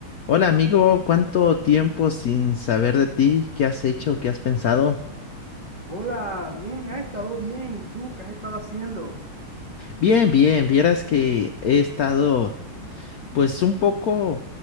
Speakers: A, on the left; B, on the right.
A: Hola amigo, ¿cuánto tiempo sin saber de ti? ¿Qué has hecho? ¿Qué has pensado?
B: Hola, bien, ha estado bien. ¿Y tú qué has estado haciendo?
A: Bien, bien, vieras que he estado pues un poco